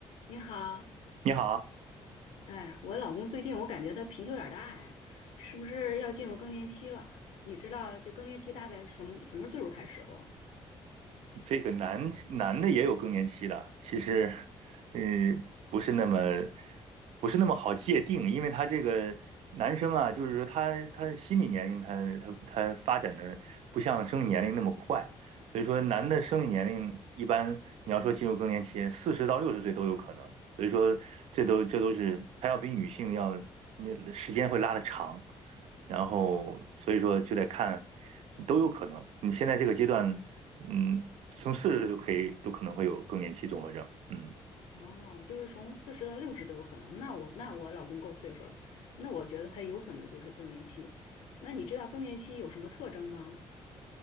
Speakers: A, on the left; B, on the right.
A: 你好，
B: 你好，
A: 哎，我老公最近我感觉他脾气有点儿大呀，是不是要进入更年期了？你知道就更年期大概什么什么岁数开始不？
B: 这个男男的也有更年期的，其实，嗯、不是那么不是那么好界定，因为他这个男生啊，就是说他他心理年龄他他他发展的不像生理年龄那么快，所以说男的生理年龄一般你要说进入更年期，四十到六十岁都有可能，所以说这都这都是他要比女性要那时间会拉的长。然后所以说就得看，都有可能。你现在这个阶段，嗯，从四十岁都可以，都可能会有更年期综合症。嗯，
A: 哦，就是从四十到六十都有可能。那我那我老公够岁数了，那我觉得他有可能就是更年期。那你知道更年期有什么特征吗？